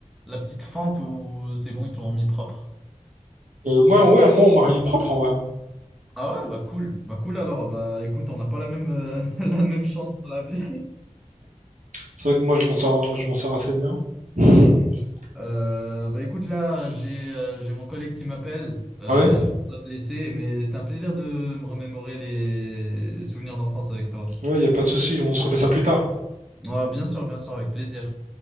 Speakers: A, in the centre; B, on the right.
A: la petite fente où c'est bon, ils te l'ont mis propre.
B: Euh, moi, ouais, moi on m'a remis propre en vrai. hein.
A: Ah ouais, bah cool. Bah cool alors, bah écoute, on n'a pas la même, euh, <laughs> la même chance dans la vie.
B: C'est vrai que moi, je m'en sors, je m'en sors assez bien. <laughs>
A: Euh, bah écoute là, j'ai euh, j'ai mon collègue qui m'appelle. Euh,
B: Ouais,
A: je pense que je dois te laisser, mais c'était un plaisir de me remémorer les souvenirs d'enfance avec toi.
B: ouais, y a pas de souci, on se refait ça plus tard.
A: Ouais, bien sûr, bien sûr, avec plaisir.